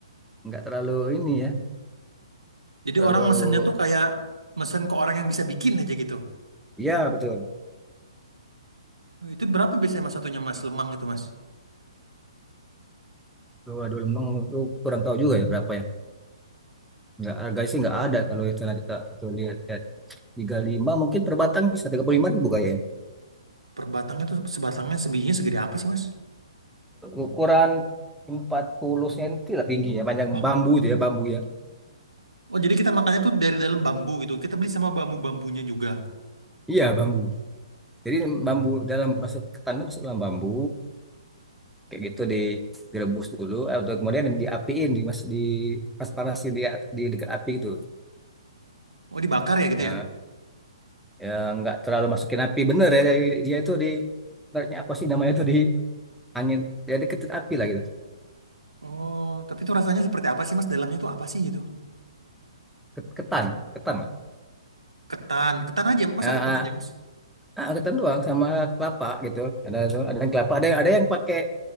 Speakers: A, in the centre; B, on the right.
A: nggak terlalu ini ya,
B: Jadi
A: terlalu
B: orang mesennya tuh kayak mesen ke orang yang bisa bikin aja gitu.
A: ya betul.
B: Oh, Itu berapa biasanya mas satunya mas lemang itu mas?
A: Waduh, lembang itu kurang tahu juga ya berapa ya. Nggak harga sih nggak ada kalau misalnya kita, kita lihat lihat tiga puluh lima mungkin per batang bisa 35 ribu kayaknya.
B: Per batangnya tuh sebatangnya sebijinya segede apa sih mas?
A: Ukuran 40 cm lah tingginya, panjang
B: Wah,
A: bambu itu ya, bambu ya.
B: oh jadi kita makannya tuh dari dalam bambu gitu. Kita beli sama bambu-bambunya juga.
A: Iya, bambu. Jadi bambu dalam masuk ke tanam masuk dalam bambu kayak gitu di direbus dulu atau kemudian diapiin di mas di pas panasin di at- di dekat api itu.
B: Oh dibakar ya gitu
A: Nah,
B: ya?
A: ya nggak terlalu masukin api bener ya dia dia itu di ibaratnya apa sih namanya itu di angin jadi ketut api lah gitu.
B: Oh, tapi itu rasanya seperti apa sih mas? Dalamnya tuh apa sih gitu?
A: Ket- Ketan, ketan lah.
B: Ketan, ketan aja. Masa
A: Ah,
B: ketan aja mas?
A: ah, ah, ketan doang sama kelapa gitu. Ada ada yang kelapa, ada ada yang pakai